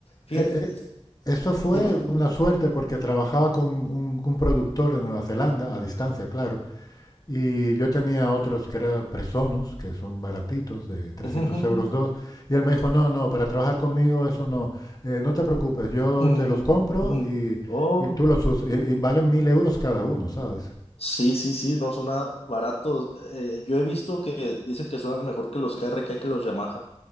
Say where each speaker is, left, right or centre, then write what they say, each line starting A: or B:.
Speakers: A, on the left; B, on the left.
A: Fíjate,
B: Eh, eh, eso fue
A: dime.
B: una suerte porque trabajaba con un, un productor de Nueva Zelanda, a distancia, claro, Y yo tenía otros que era Presonus, que son baratitos, de trescientos
A: <laughs> Ujú,
B: euros dos. Y él me dijo, no, no, para trabajar conmigo eso no, eh, no te preocupes, yo
A: ujú,
B: te los compro
A: ujú.
B: y,
A: Oh,
B: y tú los usas. Y, y valen mil euros cada uno, ¿sabes?
A: sí, sí, sí, no suena barato. Eh, yo he visto que dicen que suenan mejor que los KRK y que los Yamaha.